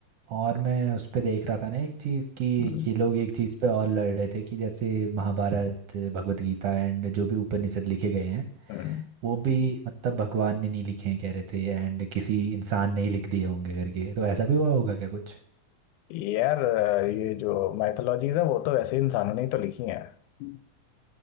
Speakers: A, on the right (about 70°); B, on the left (about 80°).
A: और मैं उस पे देख रहा था ना एक चीज़ कि
B: हम्म,
A: ये लोग एक चीज़ पे और लड़ रहे थे कि जैसे महाभारत भगवत गीता एंड जो भी उपनिषद लिखे गए हैं
B: हम्म,
A: वो भी मतलब भगवान ने नहीं लिखे हैं कह रहे थे एंड किसी इंसान ने ही लिख दिए होंगे करके तो ऐसा भी हुआ होगा क्या कुछ
B: यार ये जो माइथोलॉजीज है वो तो वैसे इंसानों ने ही तो लिखी है हम्म,